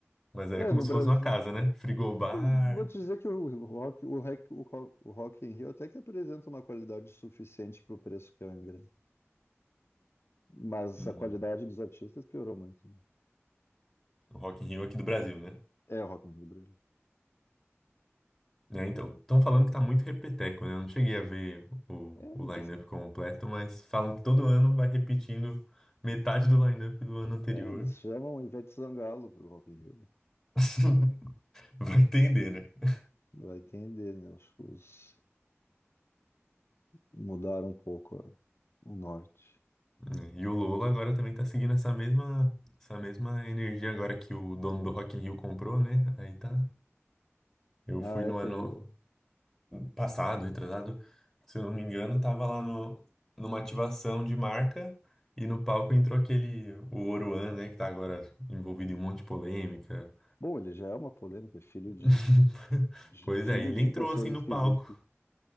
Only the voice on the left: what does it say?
Ué,
no
Brasil.
Eu Vou te dizer que o Rock, o Rock, o Rock, o Rock in Rio até que apresenta uma qualidade suficiente para o preço que é o ingresso. Mas
a qualidade dos artistas piorou muito.
É o Rock in Rio do Brasil.
É,
eles,
é, eles chamam Ivete Sangalo para o Rock in Rio.
Vai entender, né? Os shows mudaram um pouco a- o norte.
Ah,
é, tem
o Lobo.
Bom, ele já é uma polêmica, é filho
de, de-
filho
de
pessoas
esquisitas,